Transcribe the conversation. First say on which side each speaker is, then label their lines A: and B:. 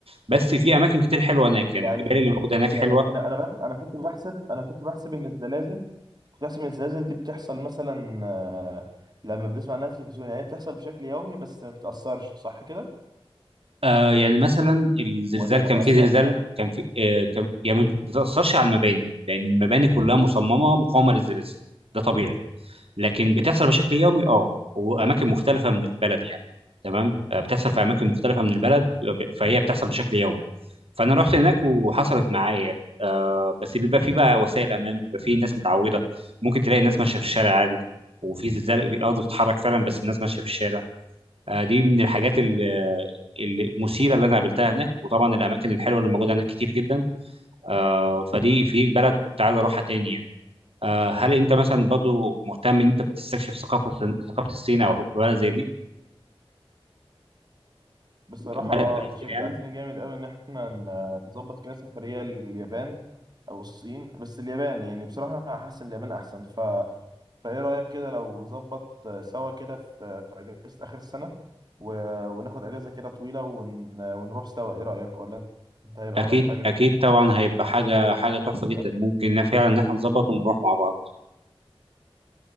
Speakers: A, on the right; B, on the right.
A: بس في اماكن كتير حلوه هناك يعني
B: يعني
A: الجبال اللي موجوده هناك
B: يعني
A: حلوه
B: انا انا بح انا كنت بحسب انا كنت بحسب ان الزلازل كنت بحسب ان الزلازل دي بتحصل مثلا آه، لما بنسمع عنها في التلفزيون يعني هي بتحصل بشكل يومي بس ما بتأثرش صح كده
A: آه يعني مثلا الزلزال
B: ولا بتأثر
A: كان في زلزال كان في آه كان يعني ما بتأثرش على المباني لأن المباني كلها مصممة مقاومة للزلازل ده طبيعي لكن بتحصل بشكل يومي اه وأماكن مختلفة من البلد يعني تمام آه بتحصل في أماكن مختلفة من البلد آه، ب- فهي بتحصل بشكل يومي فأنا رحت هناك وحصلت معايا يعني، آه بس بيبقى في بقى وسائل أمان بيبقى في ناس متعودة ممكن تلاقي الناس ماشية في الشارع عادي وفي زلزال الأرض بتتحرك فعلا بس الناس ماشية في الشارع آه، دي من الحاجات ال- المثيره اللي انا قابلتها هناك وطبعا الاماكن الحلوه اللي موجوده هناك كتير جدا آه، فدي في بلد كنت عايز اروحها تاني يعني آه، هل انت مثلا برضو مهتم ان انت تستكشف ثقافه ثقافه الصين او بلد زي دي
B: بصراحة
A: بلد
B: اه
A: في
B: انت
A: آسيا
B: شجعتني
A: يعني
B: جامد قوي ان احنا ن- نظبط كده سفرية لليابان او الصين بس اليابان يعني بصراحة انا حاسس ان اليابان احسن ف... فايه رأيك كده لو نظبط سوا كده في في اجازة اخر السنة و... وناخد اجازة كده طويلة ون... ونروح سوا ايه رأيك ولا انت هيبقى
A: اكيد
B: وراك حاجة
A: اكيد طبعا هيبقى حاجه حاجه تحفه جدا
B: لو
A: ممكن فعلا ان احنا نظبط ونروح مع بعض